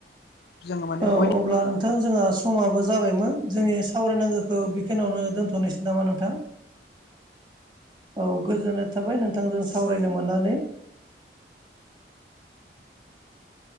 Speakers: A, on the left (about 60°); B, on the right (about 25°).
A: जोङो माने बयबो
B: औ अब्ला नों थां जोंहा समाबो जाबायमोन जोंनि सावराय नांगोखौ बेखिनियावनो दोनथ'नोसै नामा नोंथां? औ गोजोननाय थाबाय नोंथांजों सावरायनो मोननानै।